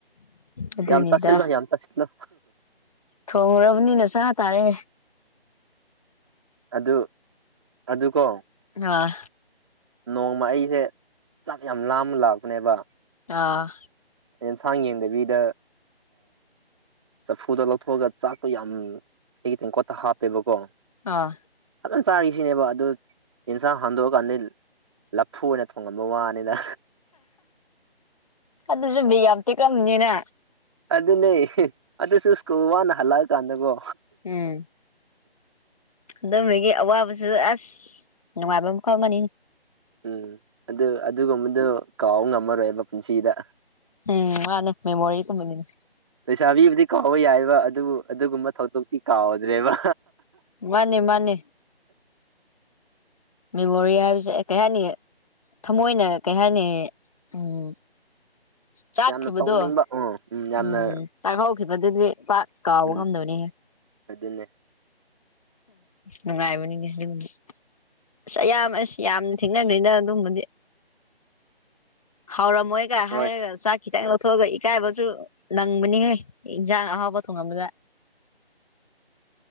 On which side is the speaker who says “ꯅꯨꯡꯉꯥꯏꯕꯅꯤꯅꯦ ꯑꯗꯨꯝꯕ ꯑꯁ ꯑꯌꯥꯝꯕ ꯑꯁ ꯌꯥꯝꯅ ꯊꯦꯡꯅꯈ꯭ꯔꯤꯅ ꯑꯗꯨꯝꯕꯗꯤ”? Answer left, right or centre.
Left